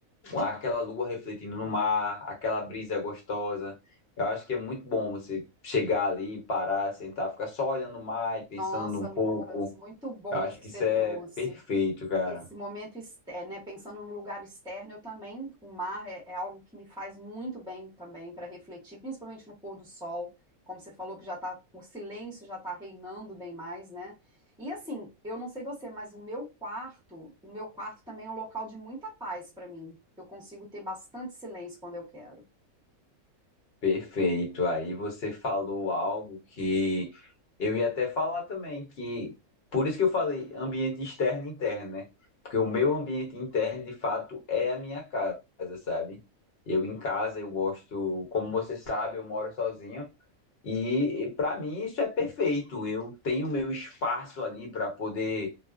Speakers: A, on the left; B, in the centre.
A: com aquela lua refletindo no mar, aquela brisa gostosa. Eu acho que é muito bom você chegar ali, parar, sentar, ficar só olhando o mar e pensando
B: Nossa,
A: um
B: Lucas,
A: pouco.
B: muito bom
A: Eu acho
B: isso que
A: que
B: você
A: isso
B: trouxe.
A: é perfeito, cara.
B: Esse momento, ex- é, né, pensando no lugar externo, eu também, o mar é, é algo que me faz muito bem também para refletir, principalmente no pôr do sol, como você falou que já tá, o silêncio já está reinando bem mais, né? E assim, eu não sei você, mas o meu quarto, o meu quarto também é um local de muita paz para mim. Eu consigo ter bastante silêncio quando eu quero.
A: Perfeito. Aí você falou algo que eu ia até falar também, que por isso que eu falei ambiente externo e interno, né? Porque o meu ambiente interno, de fato, é a minha casa, sabe? Eu em casa, eu gosto, como você sabe, eu moro sozinho. E, e para mim isso é perfeito. Eu tenho meu espaço ali para poder